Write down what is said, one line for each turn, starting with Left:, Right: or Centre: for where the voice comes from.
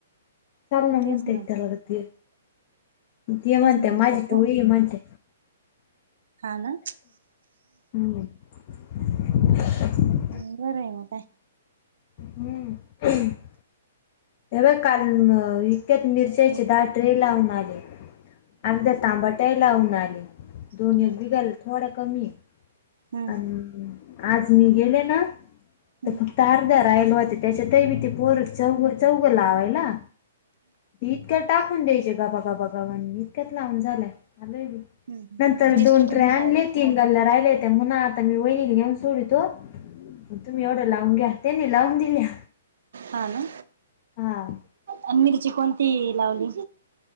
Left: चांगलं म्हणत्यात
Right: तेच ना
Left: का बघा ते, ते म्हणताय
Right: तेच ना
Left: माझी
Right: मग त्या पो
Left: टोळी म्हणते.
Right: हा ना?
Left: हम्म <inaudible>
Right: हम्म बरं आहे मग काय.
Left: हम्म. <unintelligible> हे बघ काल अ इतक्याच मिरचायचे
Right: हम्म
Left: दहा ट्रे लावून आले. आन उद्या तांबाट्याही लावून आले, दोनही
Right: हम्म
Left: बिगल थोडं कमी.
Right: हम्म
Left: आणि आज मी गेले ना
Right: हम्म
Left: तर तार धराईल व्हती त्याच्या तई बी पोरं चौग चौग लावायला. इतकं टाकून द्यायचे गाबा गाबा गावांनी इतक्यात लावून झाल्या आलोय बी. <unintelligible>
Right: हम्म
Left: नंतर
Right: मिरची
Left: दोन
Right: कोणती
Left: ट्रे आणले,
Right: लावली
Left: तीन गल्ल्या राहिले हुत्या म्हणा आता मी वहिनीला नेऊन सोडीतो. तुम्ही एवढं लावून घ्या, त्यांनी लावून दिल्या.
Right: हा ना.
Left: हां.
Right: आणि मिरची कोणती लावली?